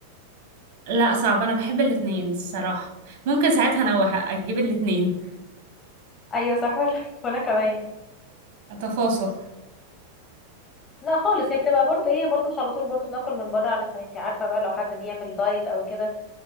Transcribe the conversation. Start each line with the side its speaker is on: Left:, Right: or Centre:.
Right: لا صعب انا بحب الاتنين الصراحة ممكن ساعتها انوح اجيب الاتنين
Left: ايوه صح ولا <laughs> وانا كمان
Right: <laughs> اتفاصل
Left: لا خالص هي بتبقى برضه ايه برضه مش على طول برضه بناكل من بره علشان انتي عارفه بقى لو حد بيعمل دايت او كده